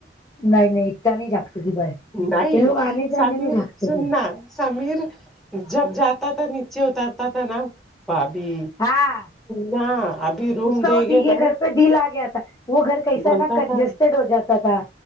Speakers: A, on the left; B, in the centre.
A: نہیں نہیں اتنا نہیں جھاگتی تھی بھائی
B: نہیں
A: یہ لوگ آنے جانے
B: سمیر
A: میں جھانکتے
B: سننا
A: تھے
B: سمیر جب جاتا تھا نیچے اترتا تھا نا بھاابھی
A: ہاں
B: نہ ابھی روم
A: اس کا
B: دے
A: وہ
B: گے
A: یہ
B: نا
A: گھر پہ دل آ گیا تھا وہ گھر کیسا
B: بولتا
A: نہ کنجسٹڈ
B: تھا
A: ہو جاتا تھا